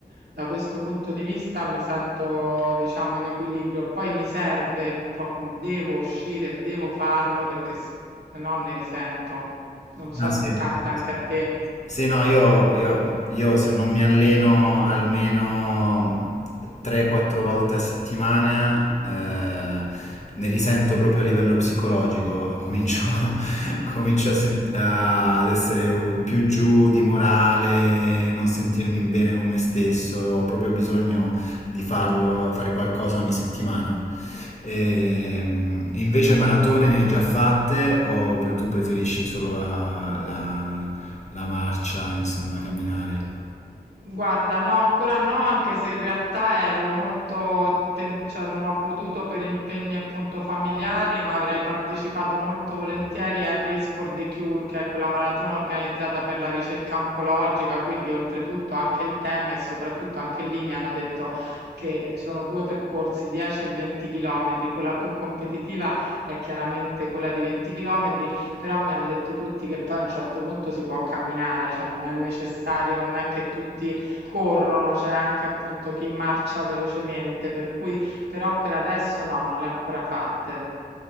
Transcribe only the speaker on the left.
Ah,
sì.
Sì,
Sì, no, io, io- io se non mi alleno almeno 3-4 volte a settimana, eh, ne risento proprio a livello psicologico, comincio, <laughs> comincio a sen- a- ad essere u- più giù di morale, non sentirmi bene con me stesso, ho proprio bisogno di farlo, fare qualcosa ogni settimana. E, invece maratone ne hai già fatte o pre- tu preferisci solo la, la- la marcia, insomma, camminare?